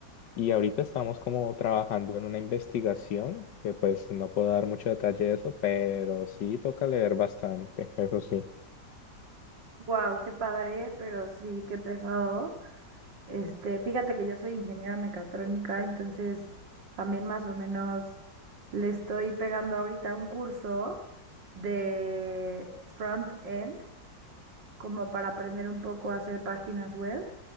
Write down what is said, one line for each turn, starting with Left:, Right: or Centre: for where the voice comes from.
Left: y ahorita estamos como trabajando en una investigación que pues no puedo dar mucho detalle de eso, pero sí toca leer bastante, eso sí.
Right: Wow, qué padre, pero sí, qué pesado. Este, fíjate que yo soy ingeniera mecatrónica, entonces también más o menos le estoy pegando ahorita un curso de front-end, como para aprender un poco a hacer páginas web.